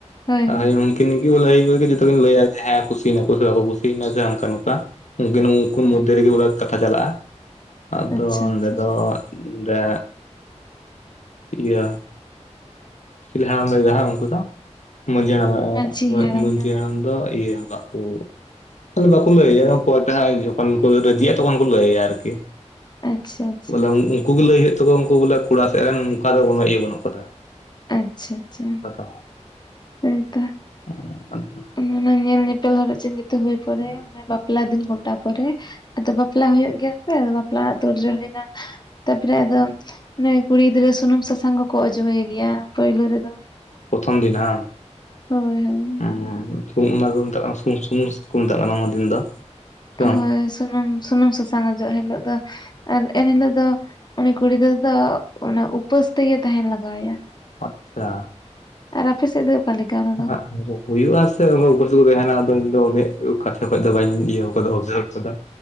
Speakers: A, on the left (about 35°); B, on the left (about 75°).
A: ᱦᱳᱭ
B: ᱦᱟᱬᱟᱢ ᱩᱱᱠᱤᱱ <unintelligible> ᱮ ᱡᱚᱛ ᱠᱤᱱ <unintelligible> ᱞᱟᱹᱭᱟ ᱡᱮ ᱦᱮᱸ ᱠᱩᱥᱤᱤᱭᱱᱟ ᱥᱮ ᱵᱟᱠᱚ ᱠᱩᱥᱤᱭᱮᱱᱟ ᱥᱮ ᱚᱱᱠᱟ ᱱᱚᱝᱠᱟ ᱩᱱᱠᱤᱱ ᱩᱱ
A: ᱦᱳᱭ
B: ᱢᱚᱫᱽᱫᱷᱮ ᱨᱮᱜᱮ ᱵᱚᱞᱮ ᱠᱟᱛᱷᱟ ᱪᱟᱞᱟᱜᱼᱟ ᱟᱫᱚ
A: ᱟᱪᱪᱷᱟ
B: ᱚᱸᱰᱮ
A: ᱟᱪᱪᱷᱟ
B: ᱫᱚ ᱚᱸᱰᱮ ᱤᱭᱟᱹ ᱪᱤᱞᱤ ᱦᱟᱲᱟᱢ ᱞᱟᱹᱭᱮᱫᱟ ᱦᱟᱸᱜ ᱩᱱᱠᱩ ᱫᱚ ᱢᱟᱺᱡᱷᱤ ᱦᱟᱲᱟᱢ
A: ᱢᱟᱺᱡᱷᱤ
B: ᱢᱟᱺᱡᱷᱤ
A: ᱦᱮᱸ
B: ᱦᱟᱲᱟᱢ ᱫᱚ ᱤᱭᱟᱹ <unintelligible> ᱵᱟᱠᱚ ᱞᱟᱹᱭᱟ ᱚᱠᱚᱭᱴᱟᱜ ᱦᱚᱸ ᱡᱚᱠᱷᱚᱱ ᱠᱚ ᱨᱟᱹᱡᱤᱼᱟ ᱛᱚᱠᱷᱚᱱ ᱠᱚ ᱞᱟᱹᱭᱟ ᱟᱨᱠᱤ
A: ᱟᱪᱪᱷᱟ ᱟᱪᱪᱷᱟ
B: ᱵᱚᱞᱮ ᱩᱱᱠᱩ ᱜᱮ ᱞᱟᱹᱭ ᱦᱩᱭᱩᱜ ᱛᱟᱠᱚᱣᱟ ᱩᱱᱠᱩ ᱵᱚᱞᱮ ᱠᱚᱲᱟ ᱥᱮᱫ ᱨᱮᱱ ᱚᱱᱠᱟ ᱫᱚ ᱵᱚᱞᱮ ᱤᱭᱟᱹ ᱵᱟᱹᱱᱩᱜ ᱠᱟᱫᱟ
A: ᱟᱪᱪᱷᱟ ᱟᱪᱪᱷᱟ
B: <unintelligible>
A: ᱦᱚᱭᱛᱳ
B: ᱚ ᱟᱪᱪᱷᱟ
A: ᱢᱟᱱᱮ ᱧᱮᱞ ᱱᱤᱯᱮᱞ ᱦᱚᱨᱚᱜ ᱪᱤᱱ ᱡᱷᱚᱛᱚ ᱦᱩᱭ ᱯᱚᱨᱮ ᱢᱟᱱᱮ ᱵᱟᱯᱞᱟ ᱫᱤᱱ ᱜᱚᱴᱟ ᱯᱚᱨᱮ ᱟᱫᱚ ᱵᱟᱯᱞᱟ ᱦᱩᱭᱩᱜ ᱜᱮᱭᱟ ᱥᱮ ᱟ ᱵᱟᱯᱞᱟ ᱨᱮᱱᱟᱜ ᱛᱩᱨᱡᱳ ᱦᱩᱭᱱᱟ ᱛᱟᱯᱚᱨᱮ ᱟᱫᱚ ᱮ ᱠᱩᱲᱤ ᱜᱤᱫᱽᱨᱟᱹ ᱥᱩᱱᱩᱢ ᱥᱟᱥᱟᱝ ᱠᱚᱠᱚ ᱚᱡᱚᱭᱮ ᱜᱮᱭᱟ ᱯᱳᱭᱞᱳ ᱨᱮᱫᱚ
B: ᱯᱨᱚᱛᱷᱚᱢ ᱫᱤᱱ ᱦᱟᱸ
A: ᱦᱳᱭ ᱦᱳᱭ
B: ᱦᱮᱸ ᱚᱱᱟ ᱠᱚ ᱢᱮᱛᱟᱜ ᱠᱟᱱᱟ ᱥᱩ ᱥᱩᱢᱩ ᱠᱚ ᱢᱮᱛᱟᱜ ᱠᱟᱱᱟ ᱚᱱᱟ ᱫᱤᱱ ᱫᱚ ᱥᱮ ᱵᱟᱝ?
A: ᱦᱳᱭ ᱥᱩᱱᱩᱢ ᱥᱩᱱᱩᱢ ᱥᱟᱥᱟᱝ ᱚᱡᱚᱜ ᱦᱤᱞᱳᱜ ᱫᱚ ᱟᱨ ᱮᱱᱦᱤᱞᱳᱜ ᱫᱚ ᱩᱱᱤ ᱠᱩᱲᱤ ᱜᱤᱫᱨᱟᱹ ᱫᱚ ᱩᱯᱟᱹᱥ ᱛᱮᱜᱮ ᱛᱟᱦᱮᱱ ᱞᱟᱜᱟᱣ ᱟᱭᱟ
B: ᱟᱪᱪᱷᱟ
A: ᱟᱨ ᱟᱯᱮ ᱥᱮᱫ ᱫᱚ ᱚᱠᱟ ᱞᱮᱠᱟ ᱚᱱᱟ ᱫᱚ
B: ᱦᱮᱸ ᱦᱩᱭᱩᱜᱼᱟ ᱟᱥᱮ ᱩᱯᱟᱹᱥ ᱠᱚ ᱛᱟᱦᱮᱱᱟ ᱟᱫᱚ ᱤᱧ ᱫᱚ ᱩᱱᱟᱹᱜ ᱠᱟᱛᱷᱟ ᱠᱷᱚᱡ ᱫᱚ ᱵᱟᱹᱧ ᱤᱭᱟᱹ ᱠᱟᱫᱟ ᱚᱵᱡᱟᱨᱵᱷ ᱠᱟᱫᱟ